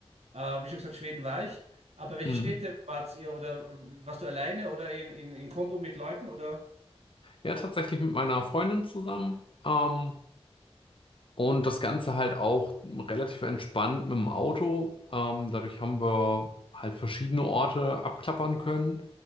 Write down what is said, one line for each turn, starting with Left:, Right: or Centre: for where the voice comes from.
Right: Äh, wie schon gesagt, Schweden war ich. Aber welche
Left: Mhm.
Right: Städte wart ihr oder warst du alleine oder in, in, in Kombo mit Leuten oder?
Left: Ja, tatsächlich mit meiner Freundin zusammen. Ähm, und das Ganze halt auch relativ entspannt mit dem Auto. Ähm, dadurch haben wir halt verschiedene Orte abklappern können.